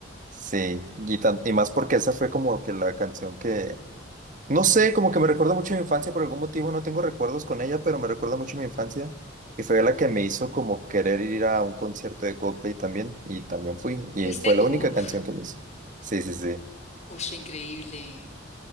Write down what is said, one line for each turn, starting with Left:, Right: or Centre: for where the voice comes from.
Right: Sí, y, tan- y más porque esa fue como que la canción que, no sé, como que me recuerda mucho a mi infancia por algún motivo, no tengo recuerdos con ella, pero me recuerda mucho a mi infancia y fue la que me hizo como querer ir a un concierto de Coldplay también y también fui y
Left: ¿Fuiste?
Right: fue la
Left: Uf,
Right: única canción que me hizo. Sí, sí, sí,
Left: uf, increíble.